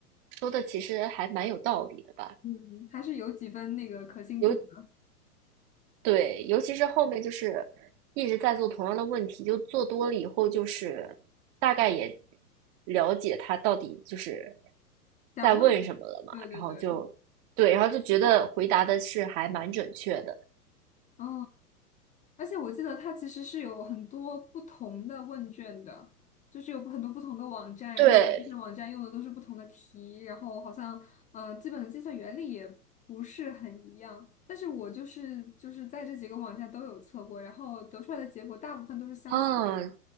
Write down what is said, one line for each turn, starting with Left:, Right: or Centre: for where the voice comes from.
Right: 说的其实还蛮有道理的吧。
Left: 嗯，还是有几分那个可信度的。
Right: 有。对，尤其是后面就是一直在做同样的问题，就做多了以后，就是大概也了解他到底就是
Left: 想问，
Right: 在问什么了嘛，
Left: 对对对，
Right: 然后就对，然后就觉得回答的是还蛮准确的。
Left: 嗯，而且我记得它其实是有很多不同的问卷的，就是有很多不同的网站，
Right: 对，
Left: 然后这些网站用的都是不同的题，然后好像呃基本的计算原理也不是很一样，但是我就是就是在这几个网站都有测过，然后得出来的结果大部分都是相似的，
Right: 啊